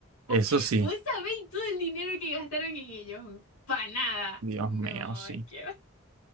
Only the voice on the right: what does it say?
eso
sí,
Dios
mío, sí.